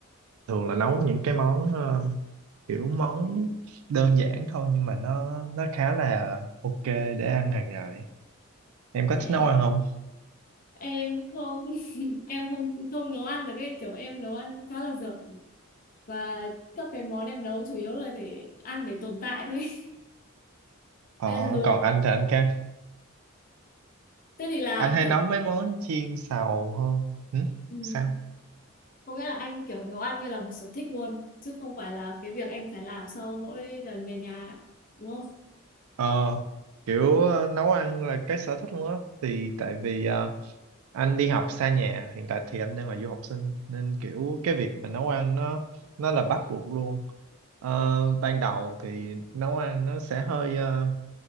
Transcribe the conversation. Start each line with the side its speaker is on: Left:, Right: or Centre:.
Right: Thường là nấu những cái món ờ, kiểu món đơn giản thôi nhưng mà nó nó khá là ok để ăn hàng ngày. Em có thích
Left: Ê,
Right: nấu ăn không?
Left: Em không, <laughs> em không không nấu ăn được cái kiểu em nấu ăn khá là dở và các cái món em nấu chủ yếu là để ăn để tồn tại thôi. <laughs>
Right: Ờ,
Left: Ê, luộc.
Right: còn anh thì anh ca.
Left: Thế thì là
Right: anh hay
Left: kiểu
Right: nấu mấy món chiên xào hơn ừ?
Left: ừ,
Right: sao
Left: có nghĩa là anh kiểu nấu ăn như là một sở thích luôn chứ không phải là cái việc anh phải làm sau mỗi lần về nhà đúng không? Ok
Right: ờ kiểu ờ, nấu ăn là cái sở thích luôn á thì tại vì ờ, anh đi học xa nhà hiện tại thì anh đang là du học sinh nên kiểu cái việc mà nấu ăn nó nó là bắt buộc luôn Ờ, ban đầu thì nấu ăn nó sẽ hơi ờ,